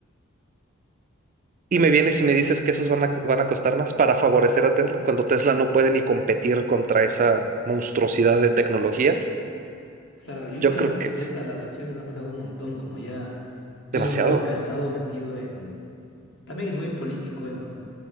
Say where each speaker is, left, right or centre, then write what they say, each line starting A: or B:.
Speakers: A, on the right (about 40°); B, on the left (about 65°).
A: Y me vienes y me dices que esos van a, van a costar más para favorecer a Tesla, cuando Tesla no puede ni competir contra esa monstruosidad de tecnología,
B: Claro, y últimamente
A: yo creo que es
B: Tesla, las acciones han bajado un montón, como ya
A: demasiado.
B: Elon Musk ha estado metido en... También es muy político él, ¿no?